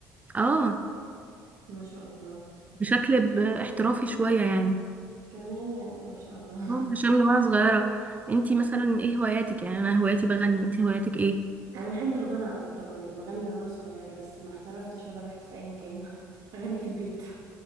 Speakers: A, on the right; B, on the right.
A: اه
B: ما شاء الله
A: بشكل ب- احترافي شوية يعني
B: كمان ما شاء الله
A: آه، عشان من وانا صغيرة انتي مثلا ايه هواياتك يعني انا هواياتي بغني انتي هواياتك ايه
B: <laughs> انا بحب الغنى على فكره برضو بغني من وانا صغيره بس ما احترفتش ولا رحت في اي مكان <laughs> اغني في البيت